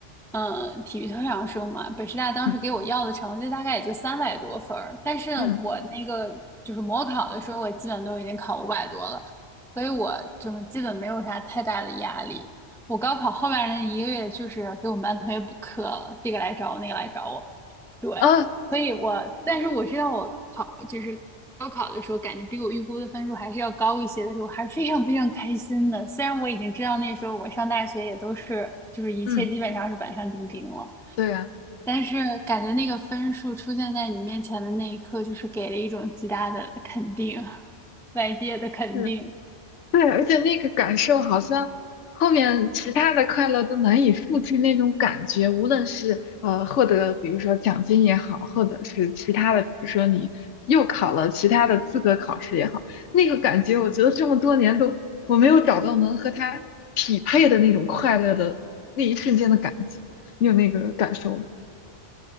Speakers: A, in the centre; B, on the left.
A: 嗯、体育特长生嘛，北师大当时给我要的成绩大概也就三百多分儿，
B: 嗯
A: 但是我那个就是模考的时候，
B: 嗯
A: 我基本都已经考五百多了，所以我就是基本没有啥太大的压力。我高考后面那一个月，就是给我们班同学补课了，这个来找我，那个来找我。对，
B: 啊，
A: 所以我，但是我知道我考就是高考的时候，感觉比我预估的分数还是要高一些的时候，还是非常 <laughs> 非常开心的。虽然我已经知道那时候我上大学也都是就是一切基本上是板上钉钉了，
B: 嗯，对啊，
A: 但是感觉那个分数出现在你面前的那一刻，就是给了一种极大的肯定，外界的肯定。
B: 是对，而且那个感受好像后面其他的快乐都难以复制那种感觉，无论是呃获得比如说奖金也好，或者是其他的，比如说你又考了其他的资格考试也好，那个感觉我觉得这么多年都我没有找到能和它匹配的那种快乐的那一瞬间的感觉，你有那个感受吗？